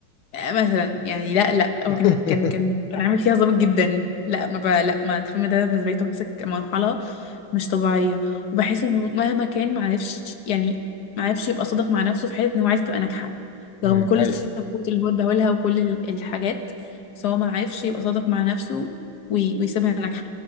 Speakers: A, on the left; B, on the left.
A: آه، مثلا يعني لا لا
B: <laughs>
A: هو كان كان كان كان عامل فيها ظابط جدا لا ما بقى لا ما الفيلم ده بالنسبه لي توكسيك مرحله مش طبيعيه وبحس انه مهما كان ما عرفش يعني ما عرفش يبقى صادق مع نفسه في حته انه عايز تبقى ناجحه
B: أمم،
A: رغم كل
B: ايوه
A: السبورت اللي هو اداهولها وكل ال- الحاجات بس هو ما عرفش يبقى صادق مع نفسه وي- ويسيبها ناجحه